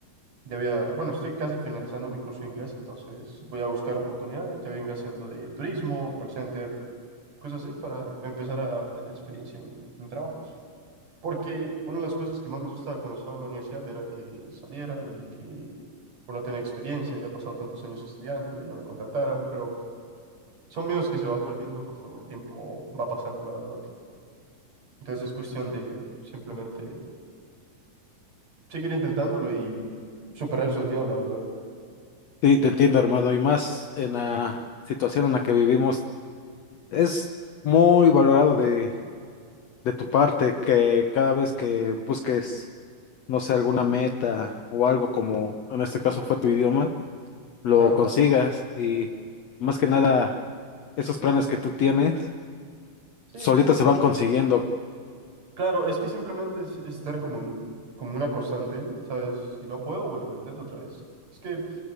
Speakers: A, on the right (about 50°); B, on the left (about 65°).
A: Ya había, bueno, estoy casi finalizando mi curso de inglés, entonces voy a buscar oportunidades, ya venga haciendo de turismo, call center, cosas así, para empezar a obtener experiencia en, en trabajos. Porque una de las cosas que más me asustaba cuando estaba en la universidad era que saliera y que por no tener experiencia, había pasado tantos años estudiando y no me contrataran, pero son miedos que se van perdiendo conforme el tiempo va pasando, la verdad. Entonces es cuestión de simplemente seguir intentándolo y superar esos miedos, la verdad.
B: Sí, te entiendo, hermano, y más en la situación en la que vivimos, es muy valorado de, de tu parte que cada vez que busques, no sé, alguna meta o algo como en este caso fue tu idioma, lo
A: Claro.
B: consigas y más que nada esos planes que tú tienes
A: Sí.
B: solitos se van consiguiendo.
A: Claro, es que simplemente es, es estar como, un- como una constante, ¿sabes? Si no puedo, bueno, lo intento otra vez. Es que